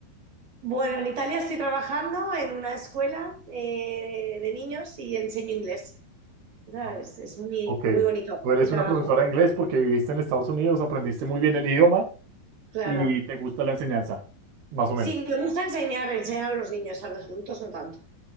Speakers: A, on the right; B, on the right.
A: bueno, en Italia estoy trabajando en una escuela eh, de niños y enseño inglés, ¿sabes?
B: Ah,
A: Es muy,
B: ok,
A: muy bonito
B: tú eres
A: el trabajo,
B: una profesora de inglés porque viviste en Estados Unidos, aprendiste muy bien el idioma
A: claro.
B: y te gusta la enseñanza, más o menos.
A: Sí, me gusta enseñar, enseñar a los niños, a los adultos no tanto,